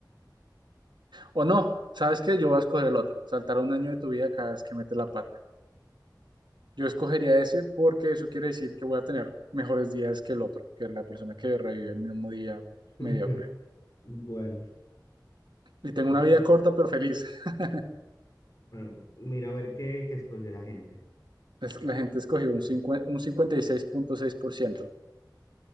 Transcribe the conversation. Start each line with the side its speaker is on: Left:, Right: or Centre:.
Right: O no, ¿sabes qué? Yo voy a escoger el otro, saltar un año de tu vida cada vez que metes la pata. Yo escogería ese porque eso quiere decir que voy a tener mejores días que el otro, que es la persona que revive el mismo día
Left: <laughs>
Right: mediocre.
Left: Bueno,
Right: Y tengo
Left: No
Right: una
Left: puedo.
Right: vida corta pero feliz. <laughs>
Left: Bueno, mira a ver qué, qué escogió la gente.
Right: Es- que La gente escogió un 50 un cincuenta y seis seis punto seis por ciento